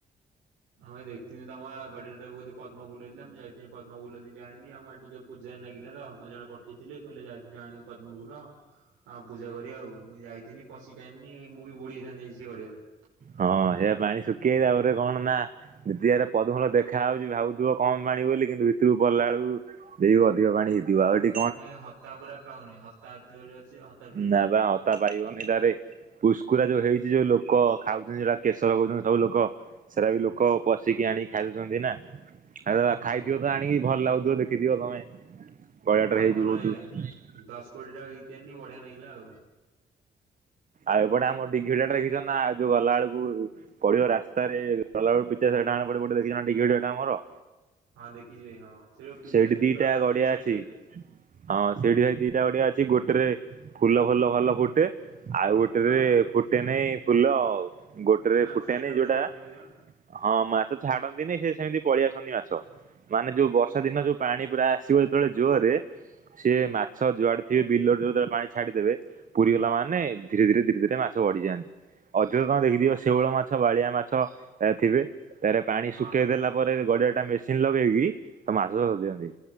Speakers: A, on the right (about 85°); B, on the right (about 45°).
A: ହଁ ଭାଇ ଦେଖଥିନି ତମ ଗାଁ ଗଡିଆ ଟାରେ ବହୁତ ପଦ୍ମଫୁଲ ହେଇଥିଲା, ମୁଁ ଯାଇଥିଲି ପଦ୍ମାଫୁଲ ଦିଟା ଆଣିଲି, ଆମ ଆଡେ ଟିକେ ପୂଜାରେ ନାଗିଲା ତ ମତେ ଜଣେ ପଠେଇଥିଲେ କହିଲେ ଯା ଟିକେ ଆଣିବୁ ପଦ୍ମଫୁଲ। ଆଉ ପୂଜା କରିବା ଆଉ ମୁଁ ଯାଇଥିନି ପଶିକି ଆଣିନି ଭାଇ ମୁଁ ବି ବୁଡି ଯାଇଥାନ୍ତି ଆଜି ସେ ଗଡିଆରେ।
B: ହଁ ସେ ପାଣି ଶୁଖି ଯାଇଛି ନା ତା ପରେ କଣ ନା ଦି ଦିଆରେ ପଦ୍ମଫୁଲ ଦେଖା ହଉଛି ଭାବୁଥିବ କମ ପାଣି ବୋଲି କିନ୍ତୁ ଭିତରୁକୁ ପଲା ବେଳକୁ ଦେଇବ ଅଧିକ ପାଣି ହେଇଥିବ ଆଉ ହେଟି
A: ଭାଇ ହତା ପୁରା ପାଉନି ହତା ଏତେ ଯୋରେ ଅଛି ହତା ଟୋଟାଲି
B: ନା
A: ପାଉନି।
B: ବା ହତା ପାଇବନି ତାରେ ପୁସ୍କୁରା ଯୋଉ ହେଇଛି ଯୋଉ ଲୋକ ଖାଉ ସେଟା କେଶର କହୁଛନ୍ତି ସବୁ ଲୋକ ସେରା ବି ଲୋକ ପଶିକି ଆଣିକି ଖାଇ ଦଉଛନ୍ତି ନା। ଆ
A: ହଁ
B: ଖାଇଥିବ
A: ଭାଇ ହଁ।
B: ତ ଆଣିକି ଭଲ ଲାଗୁଥିବ ଦେଖିଥିବ ତମେ ଗଡ଼ିଆଟାରେ
A: ହଁ ଭାଇ
B: ହେଇଛିି
A: ଭଲ
B: ବହୁତ।
A: ଲାଗିଲା। ଦଶ କୋଡିଏଟା ଘିତି ଆନି ବଢିଆ ନାଗିଲା ଆଉ।
B: ଆଉ ଏପଟେ ଆମ ଡିିଘି ଗଡ଼ିଆ ଟା ଦେଖିଛ ନା ଆଉ ଯୋଉ ଗଲା ବେଳକୁ ପଡିବ ରାସ୍ତାରେ ଗଲା ବେଳକୁ <unintelligible> ଡାହାଣ ପଟେ ଦେଖିଚ ନା ପଡିବ ଡିଘି ଗଡିଆ ଟା ଆମର।
A: ହଁ ଦେଖିଚି ଭାଇ ହଁ ସେ ଯୋଉ ପିଲା
B: ସେଇଠି
A: ତ କ୍ରିକେଟ
B: ଦିଟା
A: ଖେଳନ୍ତି
B: ଗଡିଆ
A: ଯୋଉ ସାଇଟରେ।
B: ଅଛି ହଁ ସେଇଠି ଭାଇ ଦିଟା ଗଡିଆ ଅଛି, ଗୋଟେରେ ଫୁଲ ଫୁଲ ଭଲ ଫୁଟେ। ଆଉ ଗୋଟେରେ
A: ହଁ
B: ଫୁଟେ ନେଇ ଫୁଲ ଗୋଟେରେ
A: ସେ ମାଛ
B: ଫୁଟେନେଇ
A: ସେଇଟା ଗୋଟେ
B: ଯୋଉଟା
A: ଛାଡନ୍ତି ବୋଧେ ବା
B: ହଁ ମାଛ ଛାଡନ୍ତିନି ସେ ସେମିତି ପଳେଇଆସନ୍ତି ମାଛ। ମାନେ ଯୋଉ ବର୍ଷା ଦିନ ଯୋଉ ପାଣି ପୁରା ଆସିବ ଯେତେବେଳେ ଜୋରରେ ସିଏ ମାଛ ଯୁଆଡେ ଥିବେ ବିଲରେ ଯୋଉଦିନ ପାଣି ଛାଡିଦେବେ ପୁରୀ ଗଲା ମାନେ ଧୀରେ ଧୀରେ ଧୀରେ ଧୀରେ ମାଛ ବଢିଯାଆନ୍ତି, ଅଧିକ ତମେ ଦେଖିଥିବ
A: ଓ
B: ସେଉଳ ମା ଛ ବାଳିଆ ମାଛ ଥିବେ ତାରେ ପାଣି
A: ହଁ
B: ଶୁଖେଇ
A: ହଁ
B: ଦେଲା ତା ପରେ ଗଡିଆ ଟା ମେସିନ ଲଗେଇକି ତ ମାଛ ଚାଷ ସ ଦିଅନ୍ତି।